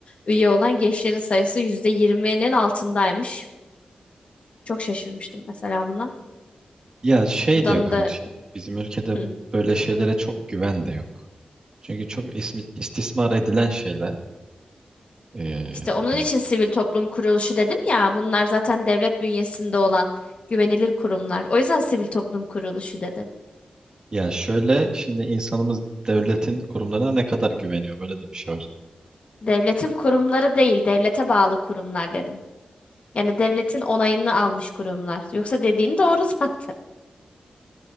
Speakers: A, on the left; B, on the right.
A: üye olan gençlerin sayısı %20'nin altındaymış. Çok şaşırmıştım mesela buna.
B: Ya şey
A: Buradan
B: de yok
A: da
B: ama şimdi bizim ülkede
A: hı.
B: böyle şeylere çok güven de yok. Çünkü çok ismi, istismar edilen şeyler. Ee,
A: İşte onun
B: hani
A: için sivil toplum kuruluşu dedim ya bunlar zaten devlet bünyesinde olan güvenilir kurumlar. O yüzden sivil toplum kuruluşu dedim.
B: ya şöyle şimdi insanımız devletin kurumlarına ne kadar güveniyor böyle de bir şey var.
A: Devletin kurumları değil, devlete bağlı kurumlar dedim. Yani devletin onayını almış kurumlar. Yoksa dediğin doğru <laughs> zaten.